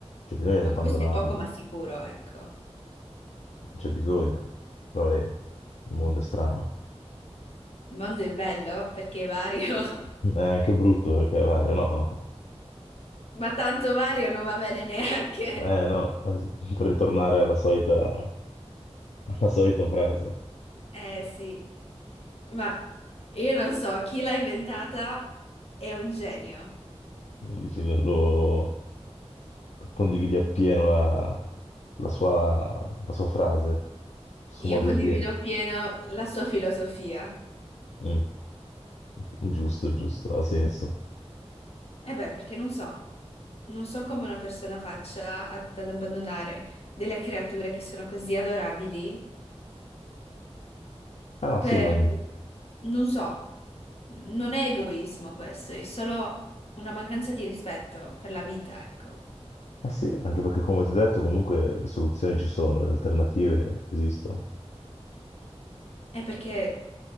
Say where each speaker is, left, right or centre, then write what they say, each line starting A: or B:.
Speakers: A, on the left; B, on the left.
A: C'è bisogno
B: Ma
A: di abbandonarlo,
B: questo è poco
A: non
B: ma sicuro, ecco.
A: c'è bisogno. Però eh, il mondo è strano.
B: Il mondo è bello perché è vario. <laughs>
A: <laughs> È anche brutto perché, guarda, no,
B: Ma tanto Mario non va bene neanche.
A: eh no, <laughs> per ritornare alla solita, alla solita frase.
B: Eh sì, ma io non so, chi l'ha inventata è un genio.
A: Dici, lo, lo- condividi appieno la, la sua, la sua frase, il suo
B: Io
A: modo
B: condivido
A: di dire.
B: pieno la sua filosofia.
A: Mm, <laughs> Giusto, giusto, ha senso.
B: Eh beh, perché non so, non so come una persona faccia ad ad abbandonare delle creature che sono così adorabili
A: Ah no,
B: per,
A: sì, non...
B: non so, non è egoismo questo, è solo una mancanza di rispetto per la vita, ecco.
A: eh sì, anche perché come ti ho detto, comunque le soluzioni ci sono, le alternative esistono.
B: È perché,